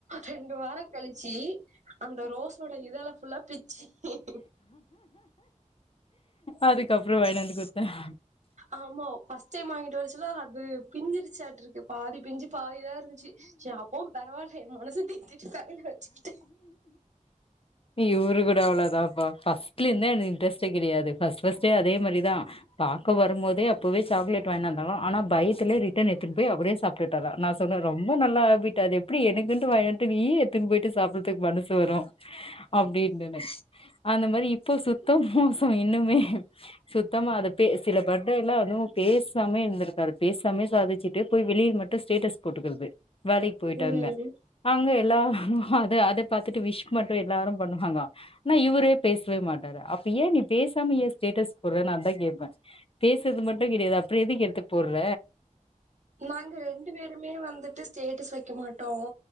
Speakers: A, on the right (about 60°); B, on the left (about 45°).
A: ரெண்டு வாரம் கழிச்சு அந்த ரோஸோட இதழ ஃபுல்லா பிச்சு
B: அதுக்கப்புறோ வாங்கிட்டு வந்து குடுத்தாரா
A: ஆமா ஃபர்ஸ்ட் டைம் வாங்கிட்டு வரச்சுல அது பிஞ்சிருச்சாட்டு இருக்கு பாதி பிஞ்சி பாதிதா இரு இருந்துச்சு சே அப்பவு பரவால்ல ஏ மனச தேத்திட்டு தலைல வச்சுக்கிட்டே
B: இவரு கூட அவ்வளோதான்பா ஃபஸ்ர்ட்ல இருந்தே எனக்கு இன்ட்ரஸ்டே கெடையாது ஃபஸ்ர்ட் ஃபஸ்ர்ட் அதே மாரிதா பாக்க வரும் போதே அப்பவே சாக்லேட் வாங்கிட்டு வந்தாங்க ஆனா பயத்துலே ரிட்டன் எடுத்துட்டு போய் அவரே சாப்டுட்டாரா நா சொன்ன ரொம்ப நல்ல ஹேபிட் அது எப்படி எனக்குன்ட்டு வாங்கி வந்துட்டு நீயே எடுத்துன்னு போயிட்டு சாப்புடறதுக்கு மனசு வரும் அப்டின்டுனு அந்த மாரி இப்போ சுத்த மோசம் இன்னுமே சுத்தமா அத பே சில பேர்ட எல்லா அதுவு பேசாமே இருந்திருக்காரு பேசாமே சாதிச்சு ட்டு போய் வெளியில மட்டு ஸ்டேட்டஸ் போட்டுக்குறது வேலைக்கு போய்ட்டாங்க
A: ம்
B: அங்க எல்லா அத அத பாத்துட்டு விஷ் மட்டு எல்லாரு பண்ணுவாங்களா ஆனா இவுரு பேசவே மாட்டாரு அப்ப ஏ நீ பேசாம ஏ ஸ்டேட்டஸ் போட்ற நா அதா கேப்ப பேசுறது மட்டு கெடையாது அப்பறோ எதுக்கு எடுத்து போட்ற
A: நாங்க ரெண்டு பேருமே வந்துட்டு ஸ்டேட்டஸ் வைக்க மாட்டோ